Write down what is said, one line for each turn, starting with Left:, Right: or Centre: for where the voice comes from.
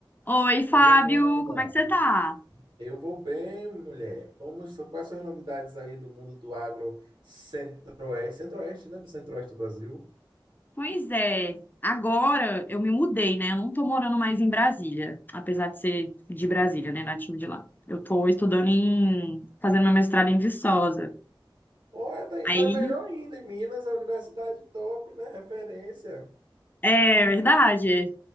Left: Oi, Fábio,
Right: Oi, Amanda.
Left: como é que você tá?
Right: Eu vou bem, mulher. Como, so- quais são as novidades aí do mundo do agro centro-oeste? Centro-oeste, né? Do centro-oeste do Brasil.
Left: Pois é, agora eu me mudei, né? Eu não tô morando mais em Brasília, apesar de ser de Brasília, né? Nativo de lá. Eu tô estudando em, fazendo meu mestrado em Viçosa.
Right: Olha, tá,
Left: Aí,
Right: tá melhor ainda. Em Minas, a universidade top, né? Referência.
Left: é verdade,